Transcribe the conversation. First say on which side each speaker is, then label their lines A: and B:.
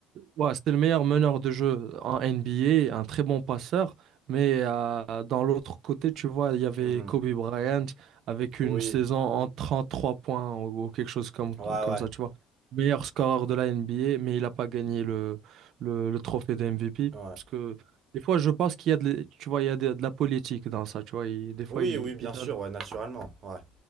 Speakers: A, on the right; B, on the right.
A: Ouais, c'était le meilleur meneur de jeu en NBA, un très bon passeur. Mais euh, dans l'autre côté, tu vois, il y avait
B: Mhm.
A: Kobe Bryant avec
B: Oui,
A: une saison en 33 points ou, ou quelque chose comme, comme
B: ouais, ouais,
A: ça, tu vois. Meilleur scoreur de la NBA, mais il n'a pas gagné le, le, le trophée de MVP.
B: ouais.
A: Parce que des fois, je pense qu'il y a de, l'- tu vois, il y a de, de la politique dans ça, tu vois. il- des fois,
B: Oui,
A: il,
B: oui, bien
A: il donne
B: sûr, ouais, naturellement, ouais.